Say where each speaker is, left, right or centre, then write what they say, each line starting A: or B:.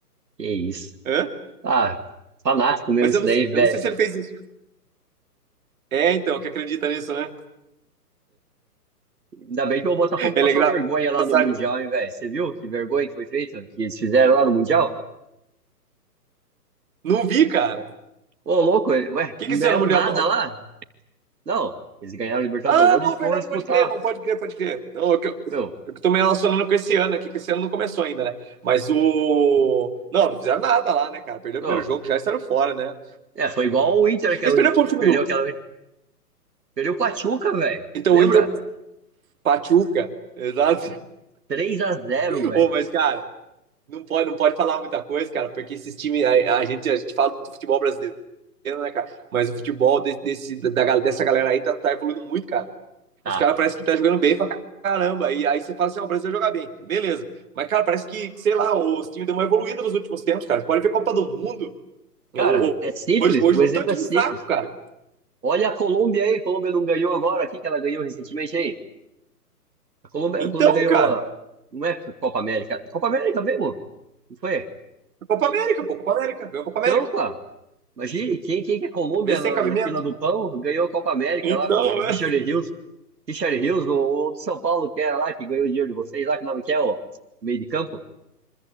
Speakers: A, on the right; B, on the right.
A: Que isso.
B: Hã?
A: Ah, fanático mesmo
B: Mas
A: isso
B: eu não,
A: daí, velho.
B: eu não sei se ele fez isso. É, então, que acredita nisso, né?
A: Ainda bem que o Botafogo
B: Ele
A: passou
B: é engraçado.
A: vergonha lá no Mundial, hein, velho. Você viu que vergonha que foi feita? Que eles fizeram lá no Mundial?
B: Não vi, cara.
A: Ô, louco, ué,
B: O que,
A: não
B: que isso
A: ganharam
B: era no Mundial,
A: nada lá? Não, eles ganharam o Libertadores
B: Ah, não,
A: e
B: verdade,
A: foram disputar.
B: pode crer, não pode crer, pode crer. Não, eu, que- eu
A: Meu,
B: é que tô me relacionando com esse ano aqui, que esse ano não começou ainda, né? Mas o. Não, não fizeram nada lá, né, cara? Perdeu
A: ó,
B: o primeiro jogo, já estavam fora, né?
A: é, foi igual o Inter que
B: Eles perderam para o time
A: perdeu
B: do.
A: aquela vez. Perdeu o Pachuca, velho.
B: Então
A: Lembra?
B: o Inter Pachuca, exato.
A: Três a zero,
B: <laughs>
A: velho.
B: Ô, mas, cara, não pode, não pode falar muita coisa, cara, porque esses times. A, a gente, a gente fala do futebol brasileiro, né, cara? Mas o futebol de- desse, da, da- dessa galera aí tá, tá evoluindo muito, cara.
A: Tá.
B: Os caras parecem que tá jogando bem pra caramba. E aí você fala assim, ó, oh, o Brasil vai jogar bem. Beleza. Mas, cara, parece que, sei lá, os times deu uma evoluída nos últimos tempos, cara. Você pode ver Copa do Mundo. Eu,
A: Cara, é simples,
B: hoje, hoje
A: o
B: não
A: exemplo
B: tem um time
A: é simples.
B: fraco, cara.
A: Olha a Colômbia aí, a Colômbia não ganhou agora, aqui que ela ganhou recentemente aí? A Colômbia,
B: Então,
A: a Colômbia ganhou.
B: cara,
A: a- Não é Copa América. Copa América mesmo? Não foi?
B: Copa América, pô, Copa América, ganhou Copa América.
A: Então, pô, imagine quem, quem que é Colômbia
B: Vê se
A: na,
B: tem cabimento.
A: na fila do pão ganhou a Copa América
B: Então,
A: lá com o Richard
B: é.
A: Rios. Richard Rios, o, o do São Paulo, que era lá, que ganhou o dinheiro de vocês lá, que nome que é, o meio de campo.